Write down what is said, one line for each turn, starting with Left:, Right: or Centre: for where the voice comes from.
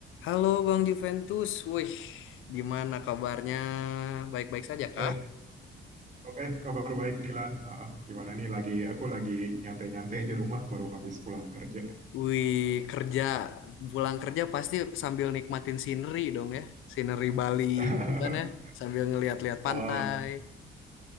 Left: Halo Bang Juventus, wih, gimana kabarnya? Baik-baik saja
Right: Oke,
Left: kah?
Right: oke, kabar baik Dilan. Ah, gimana nih lagi aku lagi nyantai-nyantai di rumah baru habis pulang kerja.
Left: Wih, kerja, pulang kerja pasti sambil nikmatin scenery dong ya, scenery Bali
Right: <laughs>
Left: gitu kan ya, sambil ngeliat-liat pantai.
Right: Eh,